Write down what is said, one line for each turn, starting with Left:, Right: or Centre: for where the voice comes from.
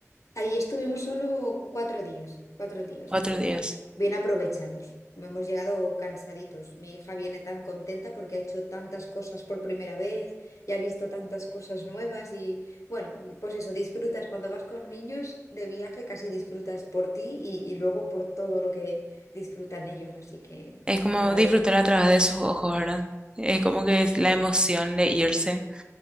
Left: Ahí estuvimos solo cuatro días, cuatro días,
Right: Cuatro
Left: pero
Right: días.
Left: bien aprovechados. Hemos llegado cansaditos. Mi hija viene tan contenta porque ha hecho tantas cosas por primera vez y ha visto tantas cosas nuevas y bueno, pues eso, disfrutas cuando vas con niños de viaje, casi disfrutas por ti y, y luego por todo lo que disfrutan ellos. Así que,
Right: Es como
Left: a ver.
Right: disfrutar a través de sus ojos, ¿verdad? Es como que es la emoción de irse.